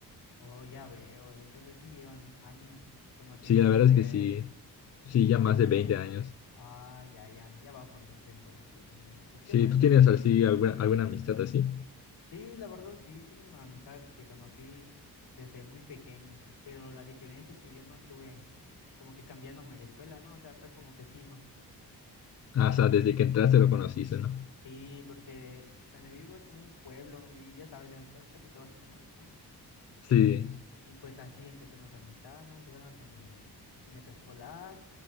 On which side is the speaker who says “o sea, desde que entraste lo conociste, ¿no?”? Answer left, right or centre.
Left